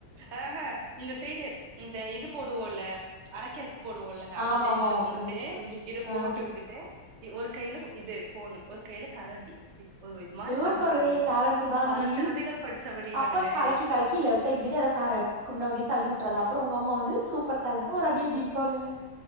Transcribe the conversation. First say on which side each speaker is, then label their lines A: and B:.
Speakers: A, on the right; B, on the right.
A: ஆ ஹ இந்த சைடு இந்த இது போடுவோல்ல அரக்கிறக் போடுவோல்ல
B: ஆமா
A: அந்த
B: ஆமா
A: இதுல
B: ஆமா
A: வந்துட்டு
B: புரிஞ்சிருச்சு புரிஞ்சிருச்சு
A: இதப்
B: ஆ
A: போட்டு விட்டுட்டு இ ஒரு கைல இது ஃபோனு ஒரு கைல கரண்டி இப்டி ஒரு இது மாரி
B: சூப்பரு
A: பண்ணுவேண்டி
B: டேலண்ட்டு தான்டி
A: பல திறமைகள் படிச்சவடி
B: அப்ப
A: நானு
B: கலக்கி கலக்கி லெஃப் சைட் கீது எதா கா குண்டாகி தள்ளி உட்றாத அப்றொ உங்க அம்மா வந்து சூப்பர் டேலண்ட்ட ஒரு அடி அடிப்பாங்க